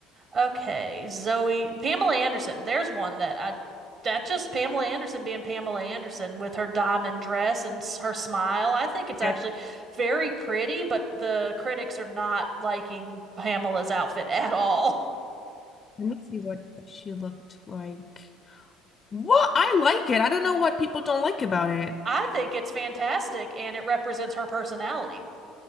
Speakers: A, on the right; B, on the left.
A: Okay, Zoe, Pamela Anderson. There's one that I that just Pamela Anderson being Pamela Anderson with her diamond dress and s- her smile. I think it's
B: Yes.
A: actually very pretty, but the critics are not liking Pamela's outfit at all.
B: Let me see what she looked like. What? I like it. I don't know what people don't like about it.
A: <laughs> I think it's fantastic and it represents her personality.